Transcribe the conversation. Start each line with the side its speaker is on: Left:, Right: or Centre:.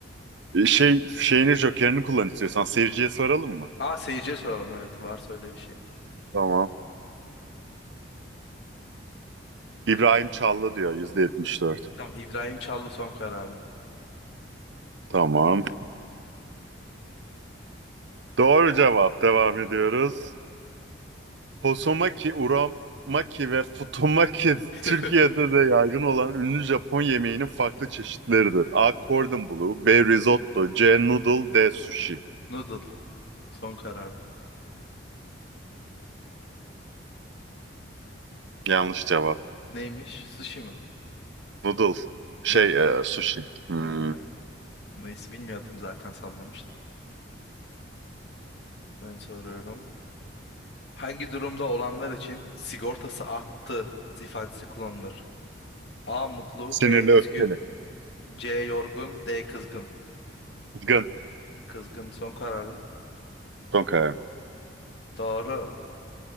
Right: E, Şey şeyini Joker'ini kullan istiyorsan seyirciye soralım mı?
Left: A seyirciye soralım evet var söyle bir şeyim.
Right: Tamam. İbrahim Çallı diyor %74.
Left: Tamam İbrahim Çallı son kararım.
Right: Tamam. Doğru cevap. Devam ediyoruz. Hosomaki, uramaki ve futomaki <laughs>
Left: <laughs>
Right: Türkiye'de de yaygın olan ünlü Japon yemeğinin farklı çeşitleridir. A. Cordon Bleu B. Risotto C. Noodle D. Sushi
Left: Noodle son kararım.
Right: Yanlış cevap.
Left: Neymiş? Sushi mi?
Right: Noodle. Şey,
Left: Noodle.
Right: e, sushi. Hmm.
Left: He, neyse bilmiyordum zaten sallamıştım. Ben soruyorum. Hangi durumda olanlar için sigortası arttı ifadesi kullanılır? A mutlu,
Right: Sinirli
Left: B üzgün,
Right: öfkeli.
Left: C. Yorgun. D. Kızgın.
Right: Kızgın.
Left: Kızgın son kararın.
Right: Okay.
Left: Doğru.